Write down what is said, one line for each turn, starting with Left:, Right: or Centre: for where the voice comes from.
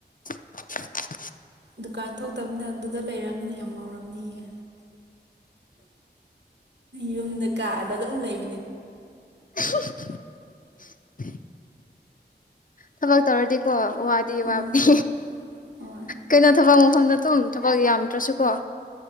Left: <unintelligible>
Right: ꯗꯨꯀꯥꯟ ꯊꯣꯛꯇꯕꯅꯤꯅ ꯑꯗꯨꯗ ꯂꯩꯔꯕꯅꯤꯅ ꯌꯥꯝ ꯉꯥꯎꯔꯝꯅꯤꯌꯦ ꯌꯨꯝꯗ ꯀꯥꯑꯗ ꯑꯗꯨꯝ ꯂꯩꯕ
Left: <unintelligible> ꯊꯕꯛ ꯇꯧꯔꯗꯤꯀꯣ ꯋꯥꯗꯤ
Right: ꯎꯝ
Left: ꯋꯥꯕꯗꯤ
Right: ꯍꯣꯏ
Left: ꯀꯩꯅꯣ ꯊꯕꯛ ꯇꯝ ꯊꯕꯛ ꯌꯥꯝꯗ꯭ꯔꯁꯨꯀꯣ